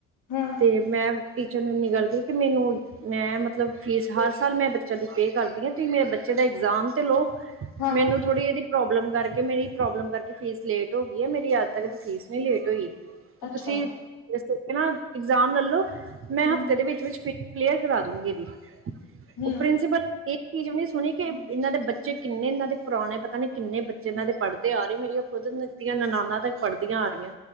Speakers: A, on the left; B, on the right.
A: ਹਾਂ।
B: ਅਤੇ ਮੈਂ ਟੀਚਰ ਨੂੰ ਇੰਨੀ ਗੱਲ ਕਹੀ ਕਿ ਮੈਨੂੰ ਮੈਂ ਮਤਲਬ ਫੀਸ ਹਰ ਸਾਲ ਮੈਂ ਬੱਚਿਆਂ ਦੀ ਪੇ ਕਰਦੀ ਹਾਂ। ਤੁਸੀਂ ਮੇਰੇ ਬੱਚੇ ਦਾ ਇਗਜ਼ਾਮ ਤੇ ਲਓ
A: ਹਾਂ
B: ਮੈਨੂੰ ਥੋੜੀ ਏਹਦੀ ਪ੍ਰੋਬਲਮ ਕਾਰ ਕੇ ਮੇਰੀ ਪ੍ਰੋਬਲਮ ਕਾਰਕੇ ਫੀਸ ਲੇਟ ਹੋ ਗਈ ਏ, ਮੇਰੀ ਆਜ ਤ ਕਦੀ ਫੀਸ ਨੀ ਲੇਟ ਹੋਈ,
A: ਅੱਛਾ
B: ਤੂਸੀ ਇਸ ਕਾਰਕੇ ਨਾ ਇਗਜ਼ਾਮ ਲੈਲੋ, ਮੈਂ
A: ਹੂੰ
B: ਹਫ਼ਤੇ ਦੇ ਵਿਚ- ਵਿਚ ਫੀਸ ਕਲੀਅਰ ਕਰਾ ਦੂਂਗੀ ਏਦੀ।
A: ਹੂੰ
B: ਓ ਪ੍ਰਿੰਸੀਪਲ ਏਕ ਚੀਜ ਵੀ ਨੀ ਸੁਣੀ ਕਿ, ਏਨਾਂ ਦੇ ਬੱਚੇ ਕਿੰਨੇ ਏਨਾਂ ਦੇ ਪੁਰਾਣੇ, ਪਤਾ ਨੀ ਕਿੰਨੇ ਬ ਜਿਨਾਂ ਦੇ ਪੜਦੇ ਆ ਰੇ। ਮੇਰੀਆਂ ਖੁਦ ਦੀਆਂ ਨਨਾਨਾ ਤਕ ਪੜਦੀਆਂ ਆ ਰੀਆਂ।